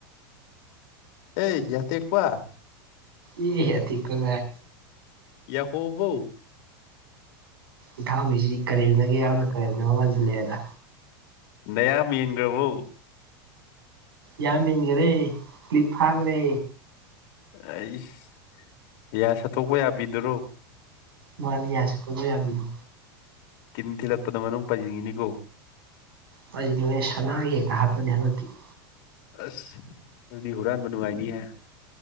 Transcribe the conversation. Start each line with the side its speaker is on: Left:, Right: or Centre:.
Left: ꯑꯦ ꯌꯥ ꯇꯦꯛꯄ
Right: ꯏ ꯌꯥ ꯇꯦꯛ ꯄ ꯀꯥꯏ
Left: ꯌꯥꯍꯣꯕꯧ
Right: ꯏ ꯊꯥꯎꯒꯤꯁꯤꯗꯤ ꯀꯔꯦꯝꯅꯒꯦ ꯌꯥꯎꯅ ꯀꯔꯦꯝꯅꯕ ꯃꯥꯟꯁꯤꯜꯂꯛꯑꯦꯗ
Left: ꯅꯌꯥ ꯃꯦꯟꯈꯔꯕꯣ
Right: ꯌꯥ ꯃꯦꯟꯈꯔꯦ ꯀꯤꯞ ꯐꯥꯈ꯭ꯔꯦ
Left: ꯑꯩꯁ ꯌꯥ ꯁꯠꯇꯣꯛꯄ ꯌꯥꯕꯤꯗꯨꯔꯣ
Right: ꯃꯥꯅꯤ ꯌꯥꯁꯠꯄꯒ ꯌꯥꯕꯤꯗꯣ
Left: ꯀꯤꯟ ꯊꯤꯜꯂꯛꯄꯗ ꯃꯅꯨꯡ ꯄꯥꯏꯁꯤꯟꯈꯤꯅꯤꯀꯣ
Right: ꯄꯥꯏꯁꯤꯜ ꯂꯣꯏꯍꯦ ꯁꯅꯥꯒꯤ ꯍꯦꯛꯇ ꯍꯥꯞꯄꯅꯤ ꯍꯟꯗꯛꯇꯤ
Left: ꯑꯁ ꯑꯗꯨꯗꯤ ꯍꯨꯔꯥꯟꯕ ꯅꯨꯉꯥꯏꯅꯤ ꯍꯦ